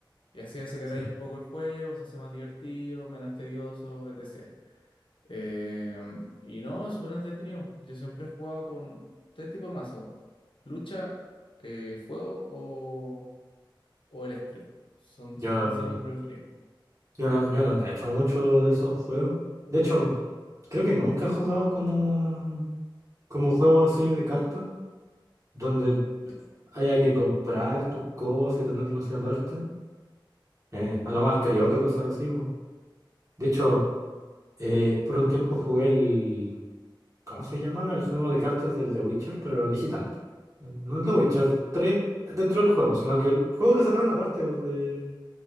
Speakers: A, on the left; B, on the right.
A: Y así aceleráis
B: Sí.
A: un poco el juego, se hace más divertido, menos tedioso, etc. Eh, y no, es súper entretenido. Yo siempre he jugado con tres tipos de mazo. Lucha, eh, fuego o, o eléctrico. Son,
B: Yo,
A: siempre han sido mis preferidos.
B: yo no, yo no cacho mucho de esos juegos. De hecho, creo que nunca he jugado como. como juego así de cartas, donde haya que comprar tus cosas y tenerlas así aparte. Eh, a lo mal carioca, cosas así, po. De hecho, eh, por un tiempo jugué el. ¿Cómo se llamaba? El juego de cartas del The Witcher, pero digital. po. No el The Witcher tres dentro del juego, sino que el juego que sacaron aparte po, de,